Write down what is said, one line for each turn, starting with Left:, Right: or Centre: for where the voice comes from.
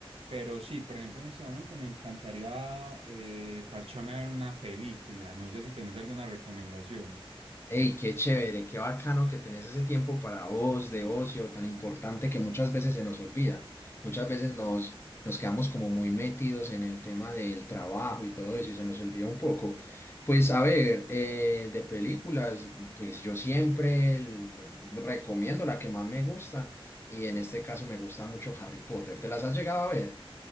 Right: Pero sí, por ejemplo, en este momento me encantaría eh, parcharme a ver una película. No sé si tenés alguna recomendación.
Left: Hey, qué chévere, qué bacano que tenés ese tiempo para vos de ocio tan importante que muchas veces se nos olvida. Muchas veces nos, nos quedamos como muy metidos en el tema del trabajo y todo eso y se nos olvida un poco. Pues a ver, eh, de películas, pues yo siempre el- recomiendo la que más me gusta y en este caso me gusta mucho Harry Potter. ¿Te las has llegado a ver?